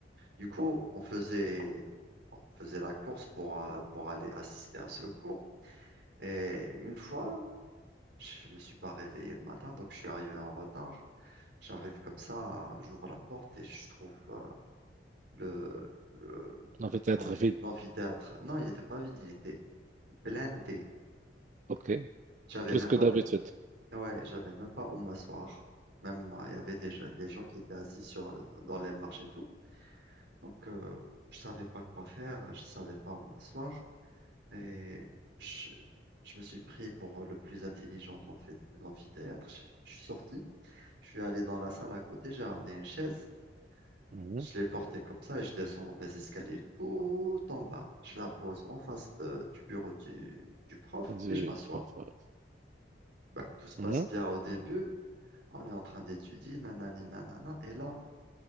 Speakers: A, on the right; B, on the right.
A: Du coup, on faisait on faisait la course pour euh, pour aller assister à ce cours. Et une fois, je me suis pas réveillé le matin, donc je suis arrivé en retard. J'arrive comme ça, j'ouvre la porte et je trouve euh, le le-
B: On va être
A: l'amphi-
B: vite.
A: l'amphithéâtre. Non, il n'était pas vide, il était blindé.
B: Ok.
A: J'avais
B: Plus
A: même
B: que
A: pas
B: d'habitude.
A: Ouais, j'avais même pas où m'asseoir. Même, euh, il y avait des, gens- des gens qui étaient assis sur, dans les marches et tout. Donc, euh, je savais pas quoi faire, je savais pas où m'asseoir. Et je, je me suis pris pour le plus intelligent de l'amphi- de l'amphithéâtre. Je, je suis sorti, je suis allé dans la salle à côté, j'ai ramené une chaise,
B: Mmh.
A: je l'ai portée comme ça et je descends les escaliers tout en bas. Je la pose en face de- du bureau du, du prof
B: du
A: et je m'assois.
B: professeur.
A: Bah, tout se passe
B: Mhm,
A: bien au début. On est en train d'étudier, nanani, nanana. Et là,